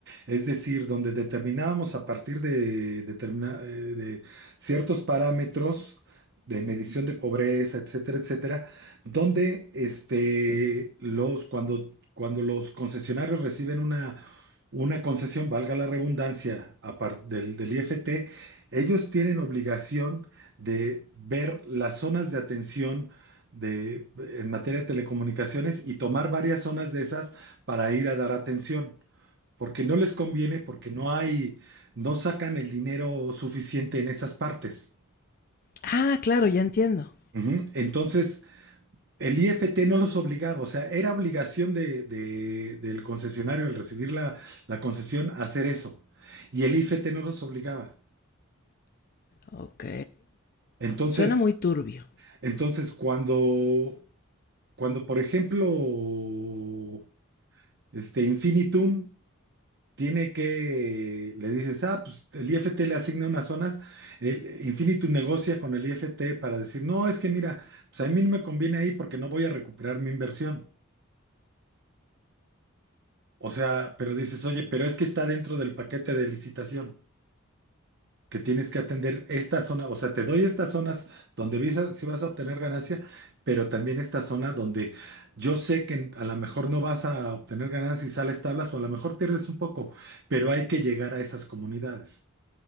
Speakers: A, on the right; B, on the left.
A: es decir, donde determinábamos a partir de, determina- eh, de ciertos parámetros de medición de pobreza, etcétera, etcétera, donde este, los, cuando, cuando los concesionarios reciben una, una concesión, valga la redundancia, aparte del, del IFT, ellos tienen obligación de ver las zonas de atención de, en materia de telecomunicaciones y tomar varias zonas de esas para ir a dar atención, porque no les conviene, porque no hay, no sacan el dinero suficiente en esas partes.
B: <laughs> ah, claro, ya entiendo.
A: Ujú. Entonces, el IFT no los obligaba, o sea, era obligación de- de- del concesionario al recibir la, la concesión hacer eso, y el IFT no los obligaba.
B: Ok,
A: Entonces,
B: suena muy turbio.
A: entonces cuando, cuando por ejemplo, este Infinitum tiene que, le dices, ah, pues el IFT le asigna unas zonas, el Infinitum negocia con el IFT para decir, no, es que mira, pues a mí no me conviene ahí porque no voy a recuperar mi inversión. O sea, pero dices, oye, pero es que está dentro del paquete de licitación, que tienes que atender esta zona, o sea, te doy estas zonas donde visas, si vas a obtener ganancia, pero también esta zona donde yo sé que a lo mejor no vas a obtener ganancia y sales tablas, o a lo mejor pierdes un poco, pero hay que llegar a esas comunidades.